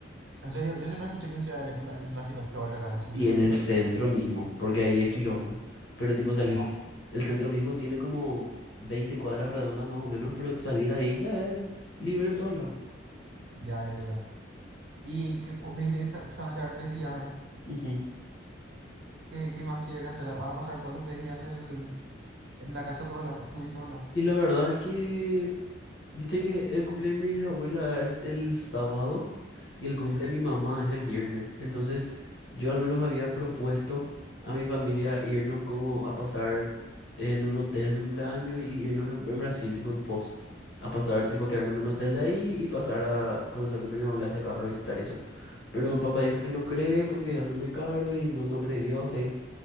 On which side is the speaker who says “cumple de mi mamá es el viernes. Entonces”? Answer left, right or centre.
Left